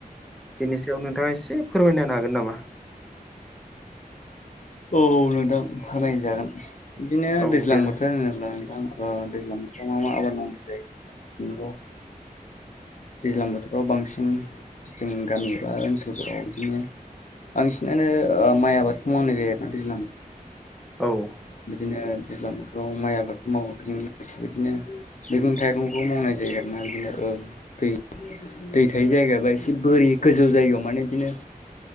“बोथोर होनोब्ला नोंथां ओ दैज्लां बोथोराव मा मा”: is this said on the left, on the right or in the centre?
Left